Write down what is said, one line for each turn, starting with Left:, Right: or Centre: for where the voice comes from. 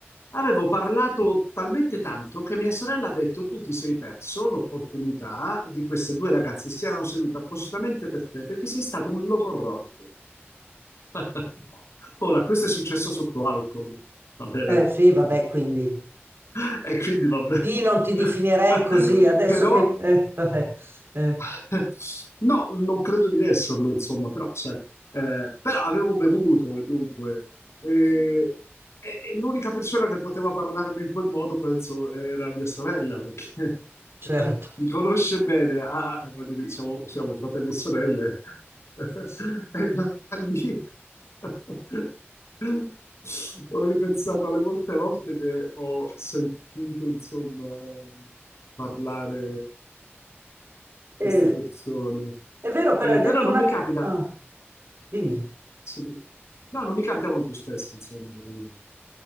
Left: Avevo parlato talmente tanto che mia sorella ha detto: Tu ti sei perso l'opportunità di queste due ragazze, si erano sedute appositamente per te perché sei stato un logorroico. <laughs> Ora, questo è successo sotto alcol, va bene?
Right: Eh, sì, vabbè, quindi...
Left: <laughs> E quindi va bene.
Right: Sì, non ti definirei
Left: <laughs>
Right: così, adesso
Left: Però
Right: che... eh, vabbè, eh,
Left: <laughs> No, non credo di esserlo, insomma, però, sai, eh, però avevo bevuto e dunque eh, e- e l'unica persona che poteva parlarmi in quel modo, penso, era mia sorella, perché
Right: certo.
Left: <laughs> mi conosce bene, ah, voglio dire, siamo, siamo fratelli e sorelle, <laughs> e da lì <laughs> Ho ripensato alle molte volte che ho sentito, insomma, parlare
Right: Eh,
Left: queste persone.
Right: è vero,
Left: Eh,
Right: però hai
Left: però
Right: detto
Left: non
Right: una
Left: mi capita,
Right: cosa... dimmi.
Left: sì, no, non mi capita molto spesso, insomma, di,